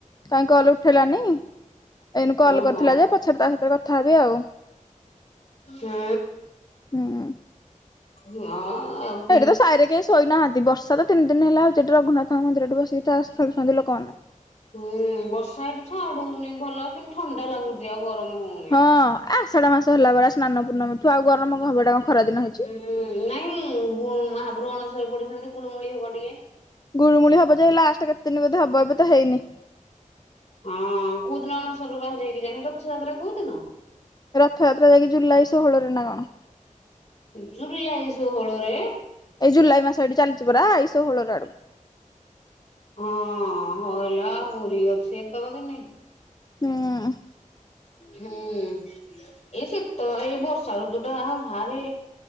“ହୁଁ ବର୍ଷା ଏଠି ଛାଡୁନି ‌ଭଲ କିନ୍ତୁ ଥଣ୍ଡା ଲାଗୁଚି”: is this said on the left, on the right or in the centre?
Left